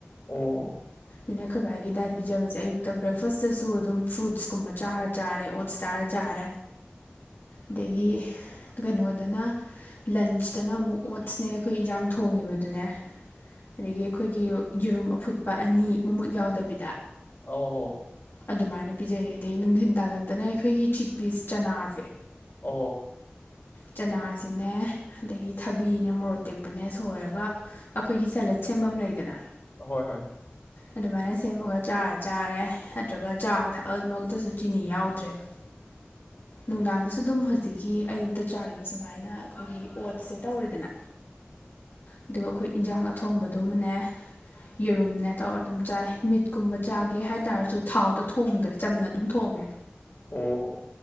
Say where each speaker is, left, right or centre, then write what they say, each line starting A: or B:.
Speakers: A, on the left (about 45°); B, on the left (about 65°).
A: ꯑꯣ
B: ꯑꯗꯨꯅ ꯑꯩꯈꯣꯏ ꯕꯥꯏꯒꯤ ꯗꯥꯏꯠ ꯄꯤꯖꯕꯁꯦ ꯑꯌꯨꯛꯇ ꯕ꯭ꯔꯦꯛꯐꯁꯇꯁꯨ ꯑꯗꯨꯝ ꯐ꯭ꯔꯨꯠꯁꯀꯨꯝꯕ ꯆꯥꯔ ꯆꯥꯔꯦ ꯑꯣꯠꯁ ꯆꯥꯔ ꯆꯥꯔꯦ ꯑꯗꯒꯤ ꯀꯩꯅꯣꯗꯅ ꯂꯟꯁꯇꯅ ꯑꯃꯨꯛ ꯑꯣꯠꯁꯅꯦ ꯑꯩꯈꯣꯏ ꯏꯟꯖꯥꯡ ꯊꯣꯡꯉꯤꯕ ꯑꯗꯨꯅꯦ ꯑꯗꯒꯤ ꯑꯩꯈꯣꯏꯒꯤ ꯌꯦꯔꯨꯝ ꯑꯐꯨꯠꯄ ꯑꯅꯤ ꯃꯃꯨꯠ ꯌꯥꯎꯗꯕꯤꯗ
A: ꯑ ꯍꯣ
B: ꯑꯗꯨꯃꯥꯏꯅ ꯄꯤꯖꯔꯤ ꯑꯗꯩꯩꯒꯤ ꯅꯨꯡꯊꯤꯟ ꯇꯥꯜꯂꯛꯇꯅ ꯑꯩꯈꯣꯏꯒꯤ ꯆꯤꯛ ꯄꯤꯁ ꯆꯅꯥꯁꯦ
A: ꯑꯣ
B: ꯆꯅꯥꯁꯤꯅꯦ ꯑꯗꯒꯤ ꯊꯕꯤꯅꯦ ꯃꯣꯔꯣꯛ ꯇꯦꯛꯄꯅꯦ ꯁꯣꯏꯔꯒ ꯑꯩꯈꯣꯏꯒꯤ ꯁꯦꯂꯦꯠ ꯁꯦꯝꯕꯃ ꯂꯩꯗꯅ
A: ꯍꯣꯏ ꯍꯣꯏ ꯍꯣꯏ
B: ꯑꯗꯨꯃꯥꯏꯅ ꯁꯦꯝꯃꯒ ꯆꯥꯔ ꯆꯥꯔꯦ ꯅꯠꯇ꯭ꯔꯒ ꯆꯥ ꯊꯛꯑꯃꯛꯇꯁꯨ ꯆꯤꯅꯤ ꯌꯥꯎꯗ꯭ꯔꯦꯕ ꯅꯨꯡꯗꯥꯡꯗꯁꯨ ꯑꯗꯨꯝ ꯍꯧꯖꯤꯛꯀꯤ ꯑꯌꯨꯛ ꯇ ꯆꯥꯈꯤꯕ ꯁꯨꯃꯥꯏꯅ ꯑꯩꯈꯣꯏꯒꯤ ꯑꯣꯠꯁꯦ ꯇꯧꯔꯦꯗꯅ ꯑꯗꯨꯒ ꯑꯈꯣꯏ ꯏꯟꯁꯥꯡ ꯑꯊꯣꯡꯕꯗꯨꯃꯅꯦ ꯌꯦꯔꯨꯝꯅꯦ ꯇꯧꯔ ꯑꯗꯨꯝ ꯆꯥꯏ ꯃꯤꯠꯀꯨꯝꯕ ꯆꯥꯒꯦ ꯍꯥꯏꯇꯥꯔꯁꯨ ꯊꯥꯎꯗꯣ ꯊꯣꯡꯗ꯭ꯔꯦ ꯆꯝꯅ ꯑꯗꯨꯝ ꯊꯣꯡꯉꯦ
A: ꯑꯣ